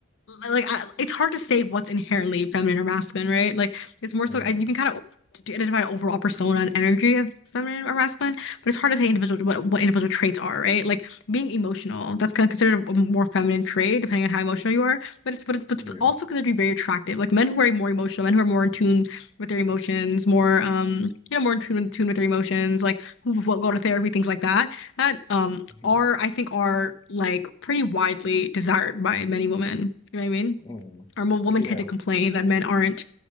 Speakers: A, on the left; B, on the left.
A: like I, it's hard to say what's inherently feminine or masculine, right? Like it's more
B: Mm,
A: so I, you can kind of identify overall persona and energy as feminine or masculine, but it's hard to say individual what, what individual traits are, right? Like being emotional, that's kind of considered a more feminine trait depending on how emotional you are, but it's but it's, but it's
B: yeah.
A: also considered to be very attractive. Like men who are more emotional, men who are more in tune with their emotions, more um you know more in tune, in tune with their emotions, like who, who go to therapy, things like that. That um
B: hmm
A: are I think are like pretty widely desired by many women. You know what I mean?
B: Mm,
A: Our mo- women
B: yeah.
A: tend to complain that men aren't